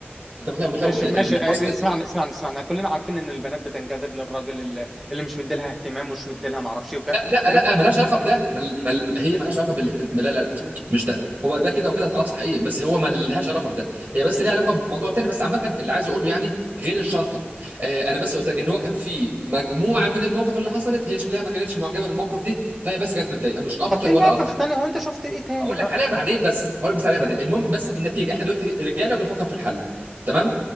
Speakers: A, on the right; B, in the centre.
A: انت مت... مت...
B: ماشي ماشي
A: انت متوصل
B: آه،
A: ايه؟
B: اسمعني اسمعني اسمعني كلنا عارفين ان البنات بتنجذب للراجل اللي, اللي مش مديلها اهتمام ومش مديلها معرفش ايه وكا
A: لا لا
B: تعم...
A: لا ملهاش علاقه بده
B: م-
A: مل...
B: م-
A: مل... هي ملهاش علاقه بالاهتمام لا لا
B: م-
A: مش ده هو ده كده وكده اه صحيح بس هو ملهاش
B: م-
A: علاقه بده هي بس
B: م.
A: ليها علاقه بموضوع تاني بس عامه اللي عايز اقوله يعني غير الشنطه آه انا بس قلت لك ان هو كان في مجموعه من المواقف اللي حصلت هي شكلها ما كانتش معجبه بالموقف دي فهي بس كانت متضايقه مش اكتر
B: طب ايه المواقف
A: ولا اقل
B: التانية هو انت شفت ايه تاني
A: هقول لك
B: بقى
A: عليها
B: في...
A: بعدين بس هقول لك بس عليها
B: ماشي
A: بعدين المهم بس
B: ماشي
A: النتيجه
B: م-
A: احنا دلوقتي رجاله بنفكر في الحل تمام
B: م-